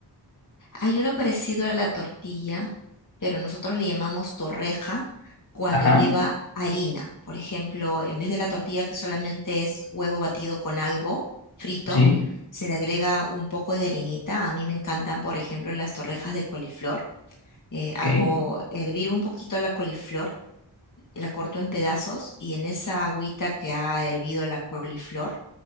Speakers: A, on the left (about 45°); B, on the left (about 60°).
A: Hay uno parecido a la tortilla, pero nosotros le llamamos torreja cuando
B: Ajá,
A: lleva harina. Por ejemplo, en vez de la tortilla que solamente es huevo batido con algo frito,
B: sí,
A: se le agrega un poco de harinita. A mí me encantan, por ejemplo, las torrejas de coliflor. Eh, hago
B: ok,
A: hervir un poquito la coliflor, la corto en pedazos y en esa agüita que ha hervido la coliflor,